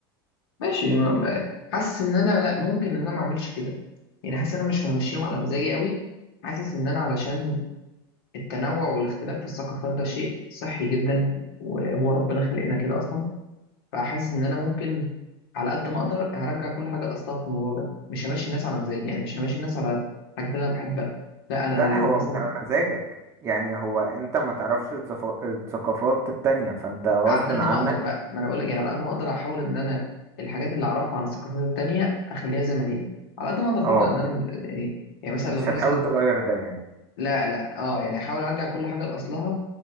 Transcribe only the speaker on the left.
ماشي ما- ما- حاسس إن أنا لأ ممكن إن أنا ما أعملش كده يعني حاسس إن أنا مش همشيهم على مزاجي قوي حاسس إن أنا علشان التنوع والاختلاف في الثقافات ده شيء صحي جدا وهو ربنا خلقنا كده أصلا فحاسس إن أنا ممكن على قد ما أقدر هرجع كل حاجة لأصلها في الموضوع ده مش همشي الناس على مزاجي يعني مش همشي الناس على الحاجات اللي أنا بحبها لا أنا
لو
مثلا
على قد
ما اقدر بقى ما انا بقول لك يعني على قد ما اقدر احاول ان انا الحاجات اللي اعرفها عن الثقافات التانية اخليها زي ما هي على قد ما اقدر طبعا
ان انا م- يعني يعني مثلا
لو في
مثلا
لا لا اه يعني احاول ارجع كل حاجة لاصلها